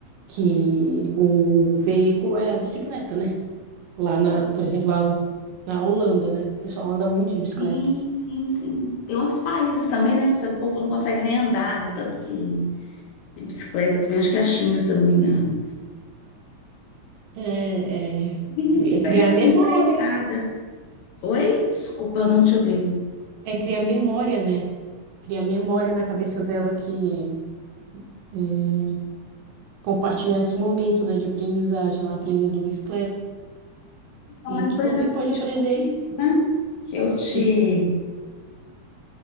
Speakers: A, on the right (about 80°); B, on the left (about 80°).
A: que o veículo é a bicicleta, né? Lá na, por exemplo, lá no- na Holanda, né? O pessoal anda muito de bicicleta.
B: Sim, sim, sim. Tem outros países também, né, que seu povo não consegue nem andar, de tanto que de bicicleta. Também acho que é a China, se eu não me engano.
A: É, é-
B: Vim aqui
A: é
B: pegar
A: criar
B: essa
A: memória.
B: empreitada. Oi? Desculpa, não te ouvi.
A: É criar memória, né? Criar
B: Sim,
A: memória na cabeça dela que é, compartilhar esse momento, né, de aprendizagem, ela aprendendo bicicleta.
B: então,
A: E
B: mas
A: tu
B: foi
A: também
B: exatamente
A: pode aprender.
B: por isso, né? Que eu te
A: E,